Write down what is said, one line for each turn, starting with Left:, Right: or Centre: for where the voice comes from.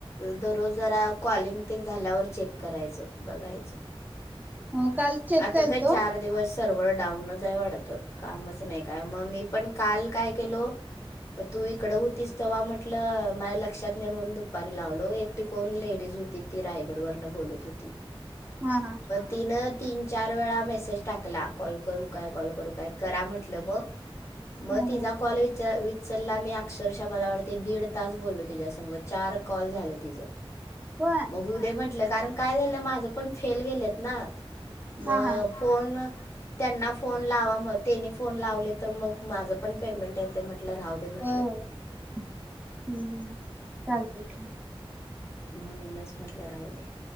Left: दरोजरा कॉलिंग तेंग झाल्यावर चेक करायचं बघायचं
Right: हो काल चेक
Left: आता
Right: केलतो
Left: काय चार दिवस सर्वर डाऊनच आहे वाढत कामच नाही का मग मी पण काल काय केलो तू इकडं होतीस तर वा्हा म्हटलं माझ्या लक्षात म्हणून दुपारी लावलो एकटिकोण लेडीज होती ती रायगड वरन बोलत होती
Right: हम हा
Left: तिन तीन चार वेळा मेसेज टाकला कॉल करू काल करु काय काल करु काय करा म्हंटल मग
Right: ह
Left: तिचा
Right: ह
Left: काल चल्ला मी अक्षरशः मला वाटते दीड तास बोललो तिच्या संघ चार कॉल झालं तिचं
Right: होय
Left: मग हुदय म्हटलं कारण काय झालं माझं पण फेल गेलं ना म
Right: हा हा
Left: फोन त्यांना फोन लावा मग त्यांनी फोन लावले तर मग माझं पण पेमेंट येते म्हटलं राहू दे म्हटलं
Right: होय होय हम्म चालतलं
Left: म्हणूनच म्हटलं राहू दे